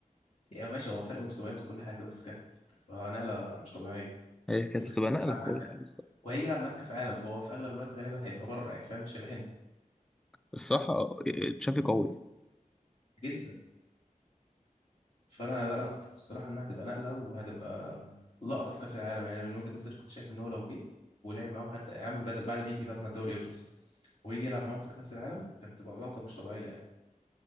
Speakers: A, on the left; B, in the centre.
A: يعني ماشي هو فرق مستويات وكل حاجه بس كانت هتبقى نقله مش طبيعيه
B: هي كانت
A: بتخليه
B: هتبقى نقله
A: يلعب معاك
B: قويه
A: كاس
B: يعني الصراحه
A: وهيجي يلعب معاك كاس عالم فهو في اغلب الوقت غالبا هيبقى بره يعني فاهم مش هيبقى هنا
B: الصراحة، تشافي قوي
A: جدا فانا لا انا كنت حاسس بصراحه انها هتبقى نقله وهتبقى لقطه في كاس العالم يعني من وجهه نظري كنت شايف ان هو لو جه ولعب معاهم حتى يا عم بعد بعد ما يجي بعد ما الدوري يخلص ويجي يلعب معاهم في كاس العالم كانت تبقى لقطه مش طبيعيه يعني